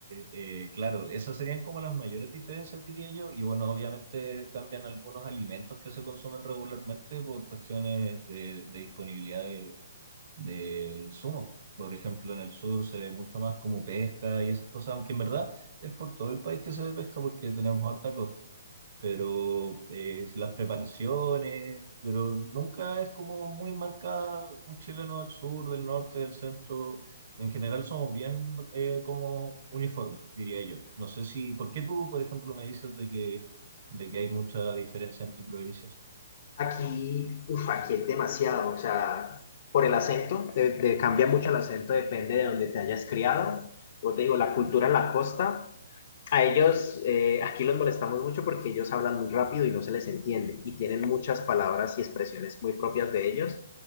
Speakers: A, on the right; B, on the left.
A: eh, claro, esas serían como las mayores diferencias, diría yo. Y bueno, obviamente cambian algunos alimentos que se consumen regularmente por cuestiones de, de disponibilidad de insumos. Por ejemplo, en el sur se ve mucho más como pesca y esas cosas, aunque en verdad es por todo el país que se ve pesca porque tenemos harta costa. Pero eh, las preparaciones, pero nunca es como muy marcada un chileno del sur, del norte, del centro. En general somos bien eh, como uniformes, diría yo. No sé si, ¿por qué tú, por ejemplo, me dices de que, de que hay mucha diferencia entre provincias?
B: Aquí, uf, aquí es demasiado, o sea, por el acento, de- de- cambia mucho el acento, depende de donde te hayas criado. Yo te digo, la cultura en la costa a ellos, eh, aquí los molestamos mucho porque ellos hablan muy rápido y no se les entiende y tienen muchas palabras y expresiones muy propias de ellos